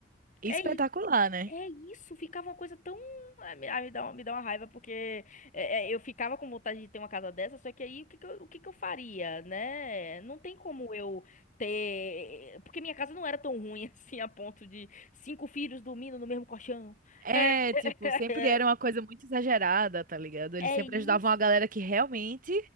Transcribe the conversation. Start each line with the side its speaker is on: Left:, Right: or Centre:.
Right: espetacular,
Left: É
Right: né?
Left: É isso, ficava uma coisa tão. Ah, me, ah, me dá uma, me dá uma raiva, porque é, é, eu ficava com vontade de ter uma casa dessa, só que aí o que que eu, o que que eu faria, né? Não tem como eu ter. Porque minha casa não era tão ruim <laughs> assim, a ponto de cinco filhos dormindo no mesmo colchão.
Right: É,
Left: É <laughs>
Right: tipo, sempre era uma coisa muito exagerada, tá ligado? Eles
Left: é
Right: sempre
Left: isso.
Right: ajudavam a galera que realmente,